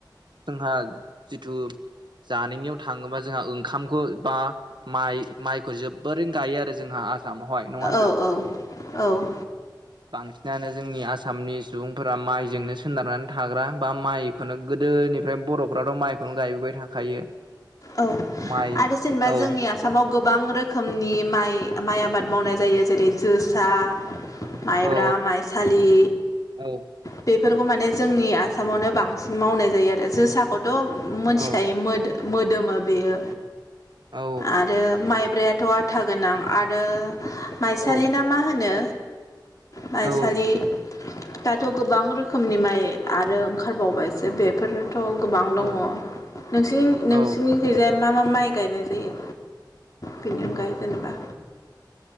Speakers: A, on the right; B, on the left.
A: जोंहा जिथु जानायनियाव थाङोबा जोंहा ओंखामखौ बा माइ माइखौ जोबोरैनो गायो आरो जोंहा सामावहाय नङा होनब्ला?
B: औ औ औ
A: बांसिनानो जोंनि आसामनि सुबुंफोरा माइजोंनो सोनारनानै थाग्रा बा माइखौनो गोदो गोदोनिफ्राय बर'फ्राथ' माइखौनो गायबोबाय थाखायो।
B: औ
A: माइ
B: आरो जेनबा
A: औ
B: जोंनि आसामाव गोबां रोखोमनि माइ माइ आबाद मावनाय जायो जेरै- जोसा, माइब्रा,
A: औ
B: माइसालि
A: औ
B: बे फोरखौ माने जोंनि आसामावनो बांसिन मावनाय जायो आरो। जोसाखौथ' मोनथिखायो
A: औ
B: मोदो- मोदोमो बेयो
A: औ
B: आरो माइब्रायाथ' आथा गोनां आरो माइसालि
A: औ
B: ना मा होनो? माइसालि
A: औ
B: दाथ' गोबां रोखोमनि माइ आरो ओंखारबावबायसो बेफोर थ' गोबां दङ।
A: औ
B: नोसि
A: औ
B: नोंसिनिखैजाय मा मा माइ गायनाय जायो बेनि अनगायै जेनेबा